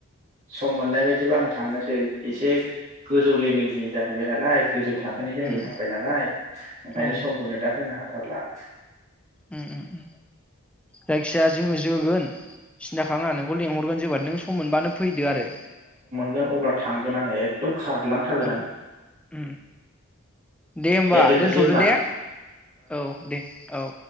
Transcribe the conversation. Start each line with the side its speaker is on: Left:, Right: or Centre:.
Right: सम मोननाय बादिब्ला आं थां नोसै एसे गोजौ लेभेलनि जाहैबाय नालाय गोजौ थाखोनि जाहैहांबाय
Centre: उम
Right: नालाय ओंखायनो
Centre: औ
Right: समखौनो दा होनो हाला थाशला
Centre: उम उम जायखिाया जोङो जोगोन सिन्था खालामनाङा नोंखौ लिंहर गोन जोबानो नों सम मोनबानो फैदो आरो
Right: गोन अब्ला थांगोन आङो एकदम खारलांथारगोन
Centre: ओव
Right: आङो
Centre: उम दे होमबा
Right: दोननोसै
Centre: दोनथदो
Right: होमबा
Centre: दे औ दे औ